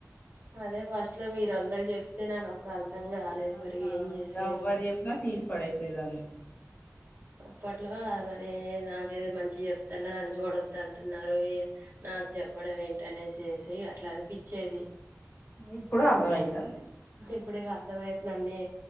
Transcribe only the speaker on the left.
ఆ
ఎవ్వరు చెప్పినా తీసి పడేసేదానివి
ఇప్పుడు అర్థం అయితంది